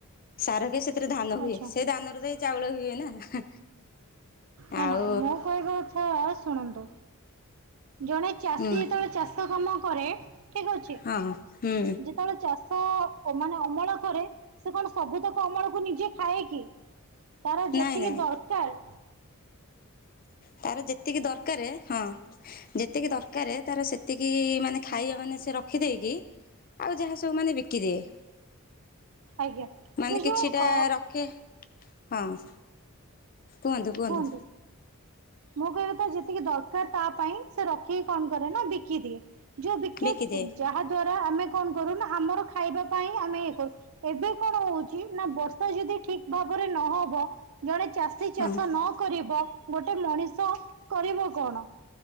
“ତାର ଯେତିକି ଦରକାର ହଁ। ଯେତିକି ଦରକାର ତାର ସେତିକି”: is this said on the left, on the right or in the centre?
Left